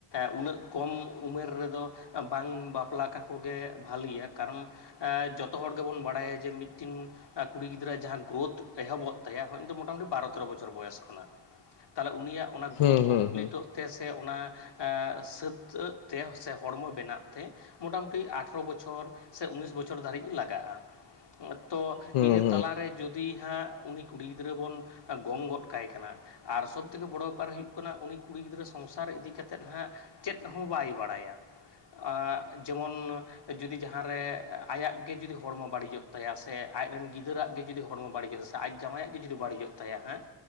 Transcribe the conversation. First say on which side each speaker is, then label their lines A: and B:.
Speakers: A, on the left; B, on the left.
A: ᱩᱱᱟᱹᱜ ᱠᱚᱢ ᱩᱢᱮᱨ ᱨᱮᱫᱚ ᱵᱟᱝ ᱵᱟᱯᱞᱟ ᱠᱟᱠᱚ ᱜᱮ ᱵᱷᱟᱹᱞᱤᱭᱟ ᱠᱟᱨᱚᱱᱼᱼ ᱡᱚᱛᱚ ᱦᱚᱲ ᱜᱮᱵᱚᱱ ᱵᱟᱲᱟᱭᱟ ᱡᱮ ᱢᱤᱫᱴᱤᱱᱼᱼ ᱟᱨ ᱠᱩᱲᱤ ᱜᱤᱫᱽᱨᱟᱹ ᱡᱟᱦᱟᱸ ᱜᱳᱛᱷ ᱮᱦᱚᱵᱚᱜ ᱛᱟᱭᱟ ᱢᱚᱴᱟᱢᱩᱴᱤ ᱵᱟᱨ ᱛᱮᱨᱚ ᱵᱚᱪᱷᱚᱨ᱾ ᱵᱚᱪᱷᱚᱨ ᱵᱚᱭᱚᱥ ᱠᱷᱚᱱᱟᱜ ᱛᱟᱦᱚᱞᱮ ᱩᱱᱤᱭᱟᱜ ᱚᱱᱟ ᱜᱨᱳᱛᱷ
B: ᱦᱩᱸ
A: ᱠᱚᱢᱯᱞᱤᱴᱚᱜᱼᱼ
B: ᱦᱩᱸ ᱦᱩᱸ
A: ᱛᱮ ᱥᱮ ᱚᱱᱟ ᱥᱟᱹᱛᱟᱹᱜ ᱛᱮ ᱥᱮ ᱦᱚᱲᱢᱚ ᱵᱮᱱᱟᱜ ᱛᱮ ᱢᱚᱴᱟᱢᱩᱴᱤ ᱟᱴᱼᱼ ᱟᱴᱷᱨᱚ ᱵᱚᱪᱷᱚᱨ ᱥᱮ ᱩᱱᱤᱥ ᱵᱚᱪᱷᱚᱨ ᱫᱷᱟᱹᱨᱤᱡ ᱞᱟᱜᱟᱜᱼᱟ᱾ ᱛᱚ
B: ᱦᱩᱸ
A: ᱤᱱᱟᱹ
B: ᱦᱩᱸ
A: ᱛᱟᱞᱟᱨᱮ ᱡᱩᱫᱤ ᱦᱟᱸᱜ ᱩᱱᱤ ᱠᱩᱲᱤ ᱜᱤᱫᱽᱨᱟᱹ ᱵᱚᱱ᱾ ᱜᱚᱝ ᱜᱚᱫ ᱠᱟᱭ ᱠᱟᱱᱟ ᱟᱨ ᱥᱚᱵᱽ ᱛᱷᱮᱠᱮ ᱵᱚᱲᱚ ᱵᱮᱯᱟᱨ ᱦᱩᱭᱩᱜ ᱠᱟᱱᱟ ᱩᱱᱤᱼᱼ ᱠᱩᱲᱤ ᱜᱤᱫᱽᱨᱟᱹ ᱥᱚᱝᱥᱟᱨ ᱤᱫᱤ ᱠᱟᱛᱮᱫ ᱦᱟᱸᱜ ᱪᱮᱫ ᱦᱚᱸ ᱵᱟᱭ ᱵᱟᱲᱟᱭᱟ᱾ ᱟᱸᱜ ᱡᱮᱢᱚᱱᱼᱼ ᱡᱩᱫᱤ ᱡᱟᱦᱟᱸ ᱨᱮ ᱟᱭᱟᱜ ᱜᱮ ᱡᱩᱫᱤ ᱦᱚᱲᱢᱚ ᱵᱟᱹᱲᱤᱡᱚᱜ ᱛᱟᱭᱟ ᱥᱮ ᱟᱡᱨᱮᱱ ᱜᱤᱫᱽᱟᱹᱨᱟᱜ ᱜᱮ ᱡᱩᱫᱤ ᱦᱚᱲᱢᱚ ᱵᱟᱹᱲᱤᱡᱚᱜᱼᱟ ᱥᱮᱼᱼ ᱟᱡ ᱡᱟᱣᱟᱭᱟᱜ ᱜᱮ ᱡᱩᱫᱤ ᱵᱟᱹᱲᱤᱡᱚᱜ ᱦᱮᱸ